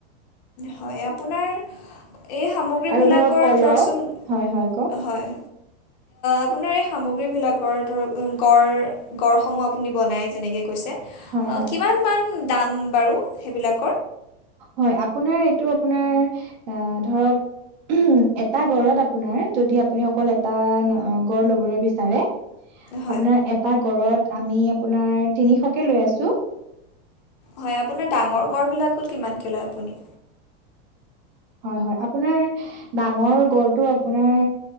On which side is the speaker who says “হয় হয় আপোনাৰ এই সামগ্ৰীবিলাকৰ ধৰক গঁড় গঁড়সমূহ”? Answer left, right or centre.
Left